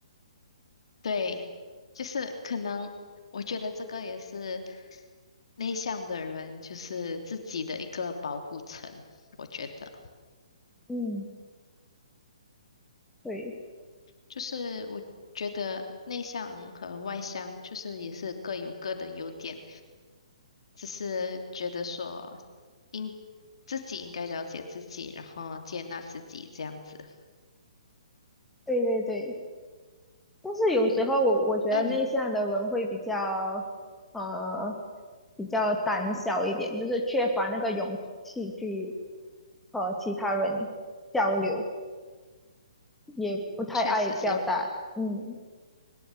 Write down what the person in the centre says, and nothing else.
嗯，对
对对对。但是有时候我我觉得内向的人会比较，
呃，比较胆小一点，就是缺乏那个勇气去和其他人交流，也不太爱表达。
嗯，